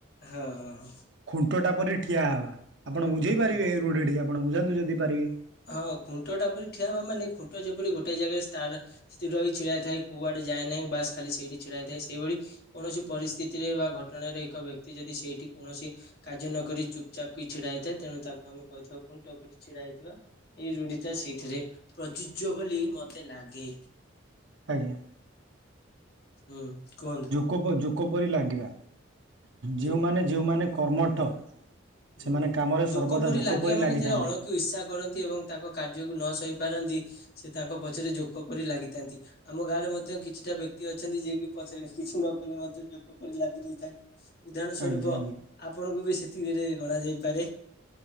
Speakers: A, on the left; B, on the right.
A: ହଁ ହଁ ହଁ
B: ଖୁଣ୍ଟଟା ପରି ଠିଆ ହେବା। ଆପଣ ବୁଝେଇ
A: ହୁଁ।
B: ପାରିବେ ରୂଢ଼ିଟିି ଆପଣ ବୁଝାନ୍ତୁ ଯଦି ପାରିବେ।
A: ହଁ ଖୁଣ୍ଟ ଟା ପରି ଠିଆ ହବା ମାନେ? ଖୁଣ୍ଟ ଯେପରି ଗୋଟେ ଜାଗାରେ ତାର ସ୍ଥିର ହୋଇ ଛିଡ଼ା ହେଇଥାଏ କୁଆଡେ ଯାଏ ନାହିଁ। ବାସ୍ ଖାଲି ସେଇଠି ଛିଡ଼ା ହେ ଥାଏ ସେଇଭଳି। କୌଣସି ପରିସ୍ଥିତିରେ, ବା ଘଟଣାରେ ଏକ ବ୍ୟକ୍ତି ଯଦି ସେଇଠି କୌଣସି କାର୍ଯ୍ୟ ନକରି ଚୁପ, ଚାପ୍ କି ଛିଡା ହେଇଥାଏ ତେଣୁ ତାକୁ ଆମେ କହିଥାଉ ଖୁଣ୍ଟ ପରି ଛିଡା ହେଇଥିବା। ଏଇ ରୂଢିତା ସେଇଥିରେ ପ୍ରଯୁଜ୍ୟ ବୋଲି ମତେ ଲାଗେ।
B: ଆଜ୍ଞା।
A: ହୁଁ କୁହନ୍ତୁ?
B: କୋପ, ଯୋକ ପରି ଲାଗିବା ଯେଉମାନେ
A: ଯୋ
B: ଯେଉମାନେ କର୍ମଠ
A: ହୁଁ
B: ସେମାନେ କାମରେ
A: ଜୋକ
B: ସର୍ବଦା
A: ପରି ଲାଗିବା ମାନେ
B: ଲାଗିଥାନ୍ତି
A: ଯେ ଅଣ ଇର୍ଷା କରନ୍ତି, ଏବଂ ତାଙ୍କ କାର୍ଯ୍ୟକୁ ନ ସହି ପାରନ୍ତି। ସେ ତାଙ୍କ ପଛରେ ଜୋକ ପରି ଲାଗିଥାନ୍ତି। ଆମ ଗାଁରେ ମଧ୍ୟ କିଛିଟା ବ୍ୟକ୍ତି ଅଛନ୍ତି ଯିଏକି ପଛରେ କିଛି ନ କଲେ, ମଧ୍ୟ ଜୋକ ପରି ଲାଗି ରହିଥାଏ। ଉଦାହରଣ ସ୍ୱରୂପ,
B: ଆଜ୍ଞା ଆଜ୍ଞା।
A: ଆପଣଙ୍କୁ ବି ସେତିକିରେ ଗଣାଯାଇପାରେ।